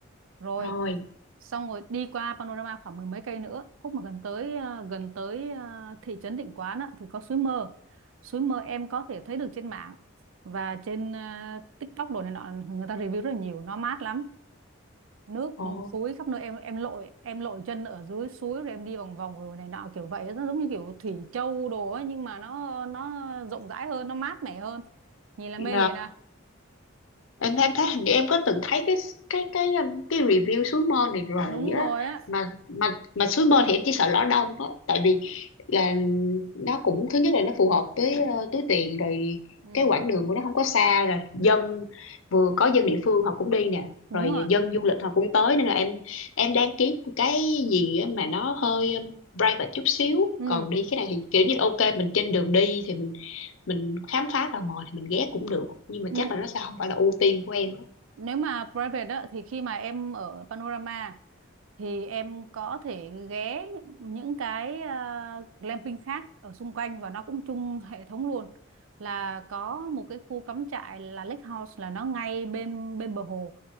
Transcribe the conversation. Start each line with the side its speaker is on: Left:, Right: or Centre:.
Right: rồi
Left: rồi
Right: xong rồi đi qua Panorama khoảng mười mấy cây nữa khúc mà gần tới ờ, gần tới ờ, thị trấn Định Quán á, thì có suối mơ suối mơ em có thể thấy được trên mạng và trên ờ, TikTok đồ này nọ người ta review rất là nhiều nó mát lắm nước
Left: ồ
Right: suối khắp nơi em em lội em lội chân ở dưới suối rồi em đi vòng vòng rồi này nọ kiểu vậy nó giống như kiểu Thủy Châu đồ ấy nhưng mà nó nó rộng rãi hơn nó mát mẻ hơn nhìn là
Left: Rồi,
Right: mê liền à
Left: em em thấy hình như em có từng thấy cái cái cái um, cái review suối mơ này rồi
Right: đúng
Left: á
Right: rồi á
Left: mà mà mà suối mơ thì em chỉ sợ lõ đông á tại vì là nó cũng thứ nhất là nó phù hợp với ờ, túi tiền rồi
Right: ừ
Left: cái quãng đường của nó không có xa rồi dân vừa có dân địa phương họ cũng đi nè
Right: đúng
Left: rồi
Right: rồi
Left: dân du lịch họ cũng tới nên là em em đang kiếm cái gì á mà nó hơi um, private chút xíu
Right: ừ
Left: còn đi cái này thì kiểu như là ok mình trên đường đi thì mình mình khám phá tò mò thì mình ghé cũng được nhưng
Right: Nên,
Left: mà chắc là nó sẽ không phải là ưu tiên của em á.
Right: nếu mà private á thì khi mà em ở Panorama thì em có thể ghé những cái ờ, glamping khác ở xung quanh và nó cũng chung hệ thống luôn là có một cái khu cắm trại là Lake House là nó ngay bên bên bờ hồ